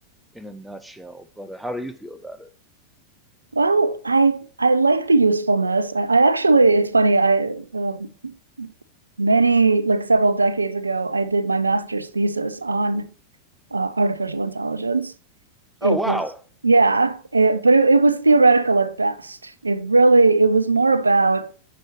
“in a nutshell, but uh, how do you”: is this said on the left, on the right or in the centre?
Centre